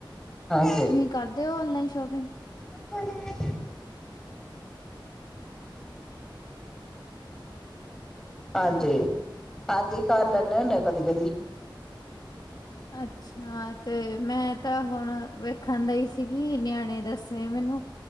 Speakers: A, in the centre; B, on the left (about 50°).
A: ਹਾਂਜੀ। <unintelligible>
B: ਕਰਦੇ ਹੋ ਔਨਲਾਈਨ ਸ਼ੋਪਿੰਗ?
A: ਅਪਨਾ - <unintelligible> ਹਾਂਜੀ ਹਾਂਜੀ ਕਰ ਲੈਂਨੇ ਹੁੰਨੇ ਕਦੀ-ਕਦੀ।
B: ਅੱਛਾ, ਤੇ ਮੈਂ ਤਾਂ ਹੁਣ - ਵੇਖਨ ਦਈ ਸੀਗੀ ਨਿਆਣੇ ਦੱਸੇ ਮੈਨੂੰ